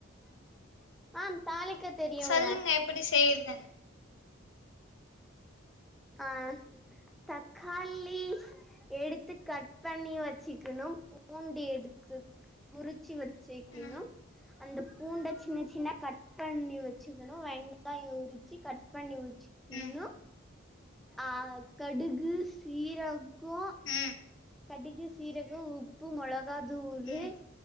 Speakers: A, in the centre; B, on the left (about 70°).
A: ஆம் தாளிக்க தெரியுங்க
B: சொல்லுங்க எப்டி செய்யறதுன்னு
A: ஆ தக்காளி எடுத்து கட் பண்ணி வெச்சுக்குணு பூண்டி எடுத்து உறிச்சி வெச்சிக்கினும்
B: ம்
A: அந்த பூண்ட சின்ன சின்ன கட் பண்ணி வெச்சுக்கணு வெங்காயோ உரிச்சி கட் பண்ணி வெச் சிக்குன்னு
B: ம்
A: ஆ கடுகு சீரகோ
B: ம்
A: கடுகு சீரகோ உப்பு மொளகா தூளு
B: ம்